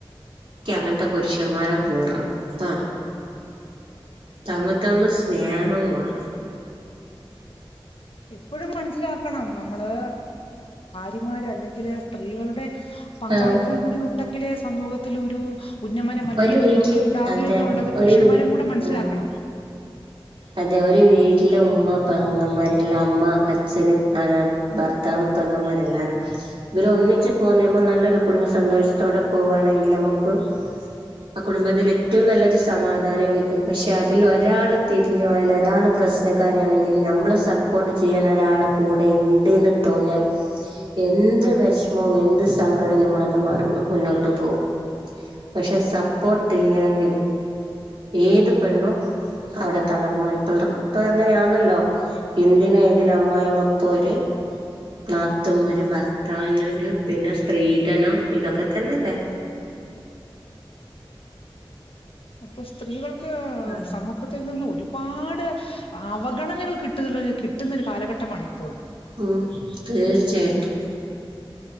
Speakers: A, on the right; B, on the left.
A: ഇക്കി അങ്ങനത്തെ പുരുഷന്മാരെ വെറുപ്പാണ് തമ തമ സ്നേഹം വ
B: ഇപ്പോഴും മന്ത് മനസിലണം നമ്മള് ബിമാറ അല്ലേ സ്ത്രീകളുടെ പങ്കാളിത്തം
A: ആഹ്
B: കൂടി ഉണ്ടെങ്കിൽ സമൂഹത്തിൽ ഒരു ഉന്നമനം അല്ലെങ്കിൽ
A: ഒരു വീട്ടില്
B: പുരോഗതി ഉണ്ടാകുക
A: അതെ
B: എന്നുള്ളത്
A: ഒരു
B: പുരുഷന്മാരും
A: വീ
B: കൂടെ മനസ്സിലാക്കണം
A: ഉം അതെ ഒരു വീട്ടിലെ ഉമ്മപ്പ അങ്ങന്മാര് അല്ല അമ്മ അച്ഛന്ും ആ ഭർത്താവ്പ്പങ്ങന്മാര് എല്ലാവരുുംും ഇവര് ഒന്നിച്ച് പോുന്നമ്മൾ നല്ലൊരു കുടുംബ സന്തോഷത്തോടെ പോകുകവാണെങ്കിൽ നമുക്ക് ആ കുടുംബത്തിൽ ഏറ്റവും നല്ലൊരു സമാധാനം കിട്ടും പക്ഷെ അതിൽ ഒരാൾ തിരിഞ്ഞു പോയൽ ഒരാൾ പ്രശ്നക്കാരാണെങ്കിലും നമ്മൾ സപ്പോർട്ട് ചെയ്യാൻ ഒരാൾ കൂടെ ഉണ്ട്ന്ന് തോന്നിയാൽ എന്ത് വിഷമവും എന്ത് സങ്കടവും നമ്മൾത് മറന്ന് മുന്നോട്ട് പോകവും പക്ഷെ സപ്പോർട്ട് ഇല്ലെങ്കിൽ ഏത് പെണ്ണും അവിടെ തളർന്നു ഇപ്പോൾ ഇപ്പ അങ്ങനെയാണല്ലോ എന്തിന ഏതിന അമ്മായി അപ്പര് നാത്തുമര് ഭർത്താവിനര് പിന്നെ സ്ത്രീധനം ഇതൊക്കെ തന്നെല്ലേ
B: അപ്പൊ സ്ത്രീകൾ ക്ക്‌
A: ആഹ്
B: സമൂഹത്തിൽ നിന്ന് ഒ ഒരുപാട് അവഗണനകൾ കിട്ട കിട്ടുന്ന ഒരു കാലഘട്ടമാണ് ഇപ്പോൾ
A: ഉ തീർച്ചയായിട്ടും